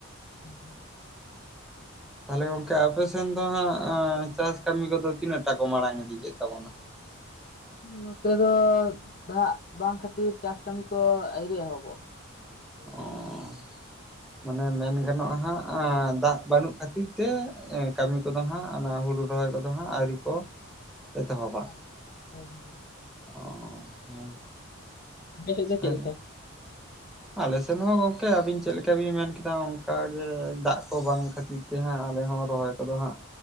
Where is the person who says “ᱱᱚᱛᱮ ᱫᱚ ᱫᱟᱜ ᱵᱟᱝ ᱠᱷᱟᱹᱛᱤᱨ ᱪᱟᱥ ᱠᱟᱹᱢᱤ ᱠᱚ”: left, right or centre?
Left